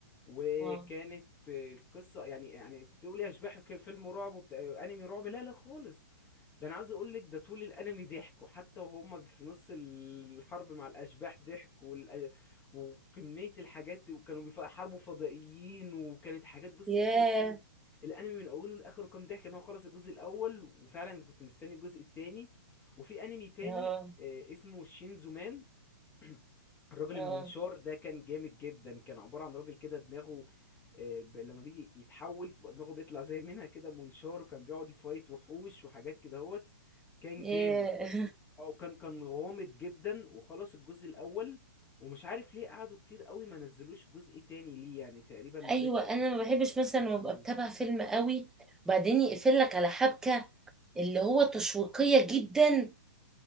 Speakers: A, on the left; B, in the centre.
A: وكانت
B: اه
A: آه، القصه يعني يعني انت تقولي اشباح كان فيلم رعب وبتاع انمي رعب لا لا خالص ده انا عاوز اقول لك ده طول الانمي ضحكوا حتى وهم في نص الحرب مع الاشباح ضحك وال... وكميه الحاجات وكانوا بيحاربوا فضائيين وكانت حاجات بصي
B: ياه
A: كل الانمي الانمي من اوله لاخره كان ضحك ان هو خلص الجزء الاول وفعلا كنت مستني الجزء التاني وفي انمي تاني
B: اه
A: آه، اسمه شينزو مان <clears throat> الراجل
B: اه
A: المنشار ده كان جامد جدا كان عبارة عن راجل كده دماغه آه، ب- لما بيجي يتحول بتبقى دماغه بيطلع زي منها كده منشار وكان بيقعد يفايت وحوش وحاجات كده هوت كان
B: إيه،
A: جامد يعني اه كان كان غامض جدا وخلص الجزء الأول ومش عارف ليه قعدوا كتير قوي ما نزلوش جزء تاني ليه يعني تقريبا لسه
B: <laughs> ايوه انا ما بحبش مثلا
A: بيجددوه
B: لما ابقى بتابع فيلم قوي وبعدين يقفل لك على حبكه اللي هو تشويقيه جدا